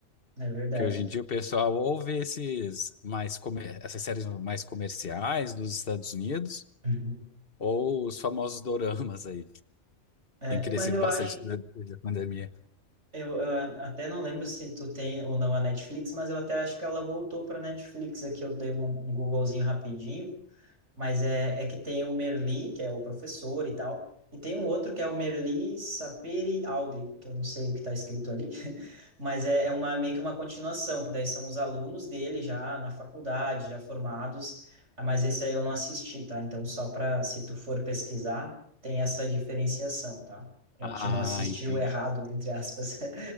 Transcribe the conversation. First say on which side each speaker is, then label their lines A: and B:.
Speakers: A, on the right; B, on the left.
A: É verdade.
B: Que hoje em dia o pessoal ouve esses mais comer, essas séries mais comerciais dos Estados Unidos
A: Uhum.
B: ou os famosos doramas aí.
A: É,
B: Tem crescido
A: e- mas eu
B: bastante
A: acho.
B: durante a pandemia.
A: Eu, eu até não lembro se tu tem ou não a Netflix, mas eu até acho que ela voltou para Netflix aqui. Eu dei um, um Googlezinho rapidinho. Mas é, é que tem o Merli, que é o professor e tal, e tem um outro que é o Merli Saperi Aude, que eu não sei o que está escrito ali, <laughs> mas é, é uma, meio que uma continuação, que daí são os alunos dele já na faculdade, já formados, ah, mas esse aí eu não assisti, tá? Então, só para, se tu for pesquisar, tem essa diferenciação, tá? Para
B: Ah,
A: te não assistir
B: entendi.
A: o errado, entre aspas. <laughs>